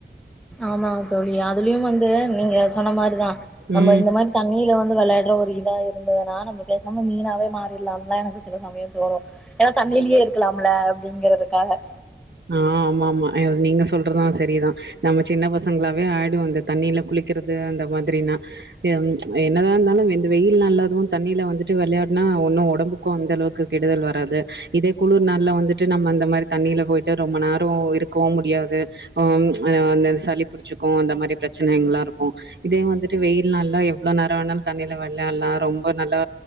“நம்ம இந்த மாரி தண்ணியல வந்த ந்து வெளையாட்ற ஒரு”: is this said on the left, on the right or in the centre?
Centre